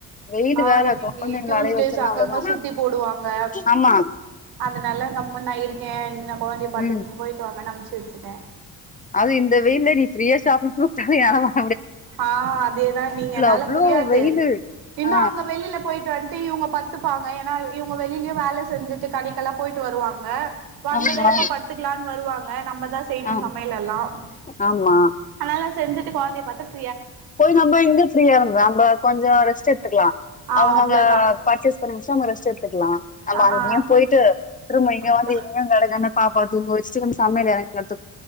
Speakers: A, on the left; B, on the right.
A: வெயிலு
B: ஆஹ்
A: வேற
B: இன்னைக்கு
A: கொழந்தைங்கள அலைய வச்சோன்னா
B: அங்கங்க
A: அவ்ளோதா
B: சுத்தி போடுவாங்க
A: ஆமா
B: அதனாலங்க முன்னயக்கே குழந்தைய பாத்து
A: ம்
B: போய த்து வச்சுட்டே
A: அது இந்த வெயில்ல நீ ஃப்ரீயா ஷாப்பிங் கூட <unintelligible>
B: ஆஹ் அதேதான் நீங்க என்னால
A: அவ்ளோ
B: முடியாது
A: வெயிலு
B: இன்னும்
A: ஆ
B: அங்க வெளியில போயிட்டு <unintelligible> இவங்க பத்துப்பாங்க ஏன்னா இவங்க வெளியிலயே வேலை செஞ்சுட்டு கடைக்கெல்லாம் போயிட்டு வருவாங்க வந்தது
A: ஆமா
B: எப்ப படுத்துக்கலான்னு வருவாங் நம்ம நா செய்யணும்
A: ஆ
B: சமையல எல்லாம்
A: ஆமா
B: ஆனாலாம் செஞ்சுட்டு குழந்த வடக்கு
A: போய் நம்ம எங்க ஃப்ரீயா இருந்தோம் நம்ம கொஞ்சோம் ரெஸ்ட் எடுத்க்கலாம்
B: ஆ
A: அவங்க
B: அவ்ளோதா
A: அங்க பர்ச்செஸ் பண்ணி முச்சுட்டு அவுங்க ரெஸ்ட் ஆமா
B: ஆ
A: எங்கயே
B: ஆ
A: போயிட்டு திரும்ப இங்க
B: அக்கா
A: வந்து இங்க கடக்கனு பாப்பாவ தூங்க வச்சுட்டு நம்ம சமையல் வேல பாக்கனு